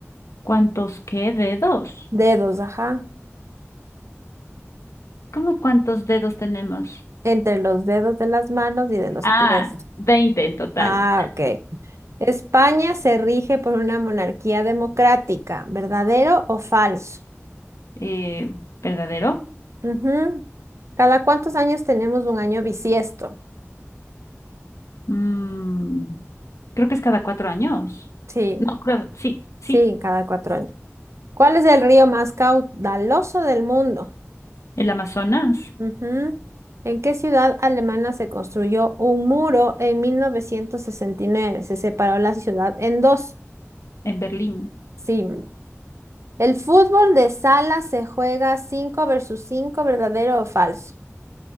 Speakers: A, on the left; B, on the right.
A: ¿Cuántos qué dedos?
B: Dedos, ajá.
A: ¿Cómo cuántos dedos tenemos?
B: Entre los dedos de las manos y de los
A: Ah,
B: pies.
A: 20 en total.
B: Ah, ok. España se rige por una monarquía democrática, ¿verdadero o falso?
A: Eh, ¿verdadero?
B: Ujú. ¿Cada cuántos años tenemos un año bisiesto?
A: Mm, creo que es cada cuatro años.
B: Sí,
A: No, creo, sí, sí.
B: sí, cada cuatro años. ¿Cuál es el río más caudaloso del mundo?
A: El Amazonas,
B: Ujú. ¿En qué ciudad alemana se construyó un muro en 1969? Se separó la ciudad en dos.
A: en Berlín.
B: Sí. El fútbol de sala se juega 5 versus 5. ¿verdadero o falso?